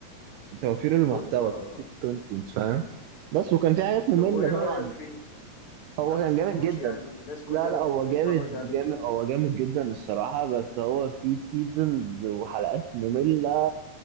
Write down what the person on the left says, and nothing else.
صدفة آه.
طب وايه
رأيك فيه؟ بس
انا
ما شفتوش
يعني الناس كلها
بتقول
لي
اتفرج عليه